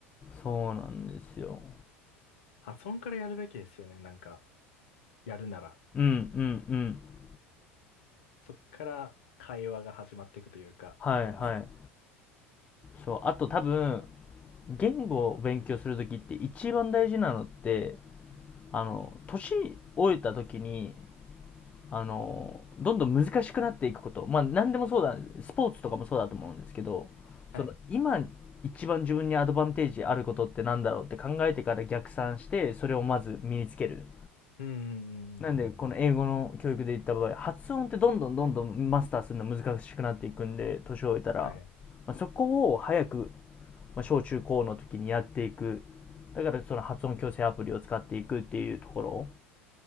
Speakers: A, on the left; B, on the left.
A: そうなんですよ。
B: 発音からやるべきですよね。なんか、やるなら。
A: うんうんうん。
B: そっから会話が始まっていくというか、
A: はいはい。
B: なんですか
A: そう。あと多分、言語を勉強するときって一番大事なのって、あの、年老いたときに、あの、どんどん難しくなっていくこと。まあ何でもそうだ、スポーツとかもそうだと思うんですけど、
B: はい。
A: その今一番自分にアドバンテージあることってなんだろうって考えてから逆算して、それをまず身につける。
B: うんうんうんうんうん。
A: なんで、この英語の教育で言った場合、発音ってどんどんどんどんマスターするの難しくなっていくんで、年を置いたら、
B: はい。
A: まあ、そこを早く、まあ、小中高の時にやっていく。だからその発音矯正アプリを使っていくっていうところ